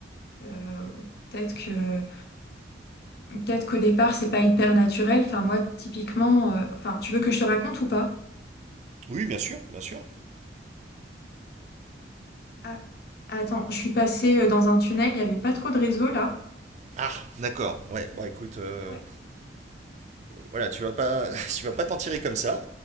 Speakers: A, on the left (about 60°); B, on the right (about 40°).
A: Euh, peut-être que, peut-être qu'au départ, c'est pas hyper naturel. Enfin, moi, typiquement, euh, enfin, tu veux que je te raconte ou pas?
B: Oui, bien sûr, bien sûr.
A: Ah, attends, je suis passée euh, dans un tunnel, il n'y avait pas trop de réseau là.
B: Ah, d'accord. Ouais, bon écoute, euh,
A: Ouais.
B: voilà, tu vas pas, <laughs> tu vas pas t'en tirer comme ça,